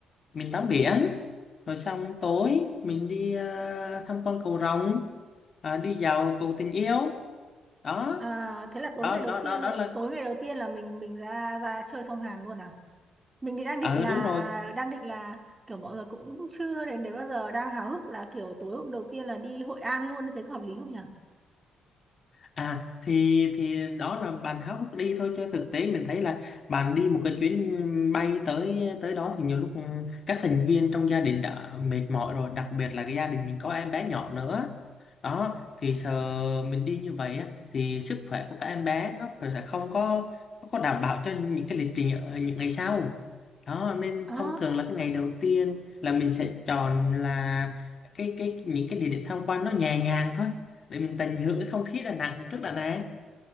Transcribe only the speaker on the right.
À thế là
tối ngày đầu
tiên,
tối ngày đầu tiên là mình mình ra ra chơi sông Hàn luôn à? Mình thì đang
định là
đang định là kiểu mọi người cũng chưa đến đấy bao giờ đang háo hức là kiểu tối hôm đầu tiên là đi Hội An luôn thế có hợp lý không nhỉ?
Ồ